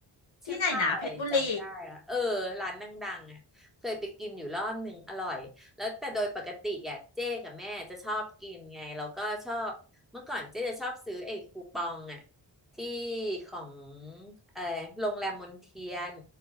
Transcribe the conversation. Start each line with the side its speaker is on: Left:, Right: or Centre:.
Centre: ชื่อป้าอะไรจำไม่ได้ละเออร้านดังๆอ่ะเคยไปกินอยู่รอบหนึ่งอร่อยแล้วแต่โดยปกติอ่ะเจ๊กับแม่จะชอบกินไงแล้วก็ชอบเมื่อก่อนเจ๊จะชอบซื้อไอ้คูปองอ่ะ
Left: ที่ไหนนะเพชรบุรี
Centre: ที่ของเออโรงแรมมนเทียน